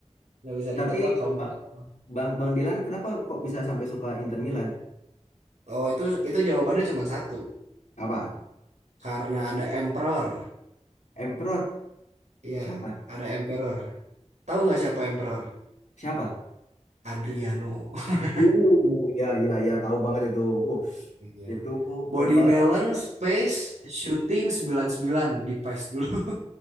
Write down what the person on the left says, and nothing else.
Tapi
Ba-
Bang Bang Dilan kenapa kok bisa sampai suka Inter Milan?
Apa?
Emperor?
Siapa?
Siapa?
Uh, ya, ya, ya, tahu banget itu. Uh,
itu
keren banget.